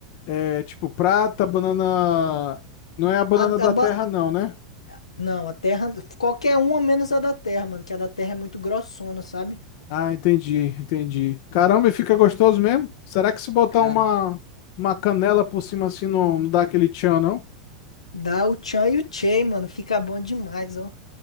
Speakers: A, on the left (about 55°); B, on the left (about 80°).
A: é tipo prata, banana. Não é a banana
B: A,
A: da
B: a,
A: terra,
B: ba-
A: não, né?
B: Não, a Terra. Qualquer uma menos a da Terra, mano. Que a da Terra é muito grossona, sabe?
A: Ah, entendi, entendi. Caramba, e fica gostoso mesmo? Será que se botar
B: Cara,
A: uma, uma canela por cima assim não, não dá aquele tchan, não?
B: dá o Chan e o Chey, mano. Fica bom demais, ó.